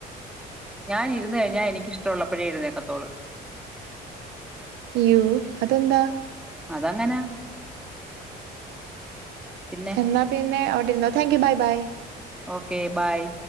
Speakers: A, in the centre; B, on the right.
A: ഞാനിരുന്ന് കഴിഞ്ഞാ എനിക്കിഷ്ടമുള്ളപ്പോഴേ എഴുന്നേക്കത്തോള്
B: യ്യോ അതെന്താ
A: അതങ്ങനാ പിന്നെ
B: എന്നാ പിന്നെ അവിടിരുന്നോ thank you bye bye
A: okay bye